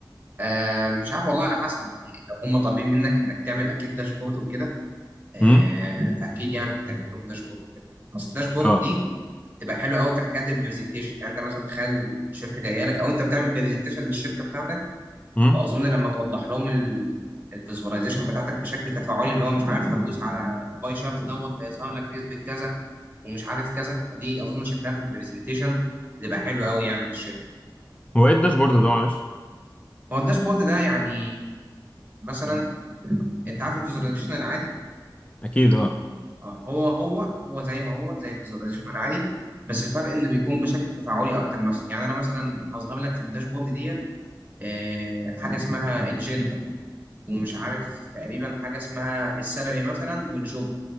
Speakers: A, on the right; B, on the left.
A: آه، مش عارف والله على حسب يعني لو هم طالبين منك انك تعمل اكيد داشبورد وكده آه
B: امم
A: فاكيد يعني هتعمل لهم داشبورد وكده بس الداشبورد
B: اه
A: دي تبقى حلوه قوي في حكايه البرزنتيشن يعني انت مثلا تخيل الشركه جايه لك او انت بتعمل برزنتيشن للشركه بتاعتك
B: امم
A: واظن لما توضح لهم ال- الفيزواليزيشن بتاعتك بشكل تفاعلي اللي هو مش عارف هتدوس على الباي شارت دوت هيظهر لك نسبه كذا ومش عارف كذا فدي اظن شكلها في البرزنتيشن تبقى حلو قوي يعني للشركه
B: هو ايه الداشبورد ده معلش
A: هو الداشبورد ده يعني مثلا انت عارف الفيزواليزيشن العادي
B: اكيد اه
A: آه، هو هو هو زي ما هو زي الفيزواليزيشن العادي بس الفرق انه بيكون بشكل تفاعلي اكتر مثلا يعني انا مثلا هظهر لك في الداشبورد ديت آه، حاجه اسمها الجندا ومش عارف تقريبا حاجه اسمها السالري مثلا والجوب